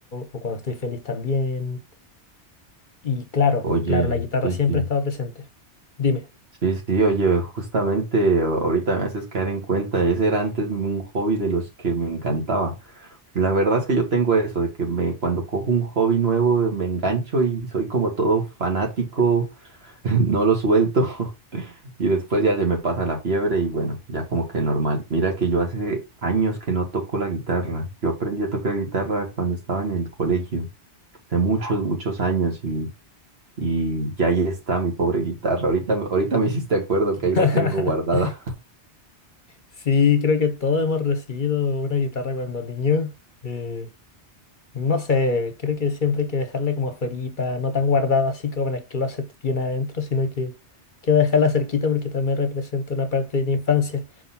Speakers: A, on the left (about 50°); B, on the right (about 60°).
A: o cuando estoy feliz también. Y claro,
B: Oye,
A: claro, la guitarra
B: sí,
A: siempre
B: sí.
A: estaba presente. Dime.
B: Sí, sí, oye, justamente a- ahorita me haces caer en cuenta, ese era antes un hobby de los que me encantaba. La verdad es que yo tengo eso, de que me, cuando cojo un hobby nuevo me engancho y soy como todo fanático, <laughs> no lo suelto <laughs> y después ya se me pasa la fiebre y bueno, ya como que normal. Mira que yo hace años que no toco la guitarra. Yo aprendí a tocar guitarra cuando estaba en el colegio, hace muchos, muchos años y ya ahí está mi pobre guitarra. Ahorita, ahorita me hiciste acuerdo
A: <laughs>
B: que ahí la tengo guardada. <laughs>
A: Sí, creo que todos hemos recibido una guitarra cuando niños. eh, no sé, creo que siempre hay que dejarla como afuerita, no tan guardada así como en el closet bien adentro, sino que que dejarla cerquita porque también representa una parte de la infancia.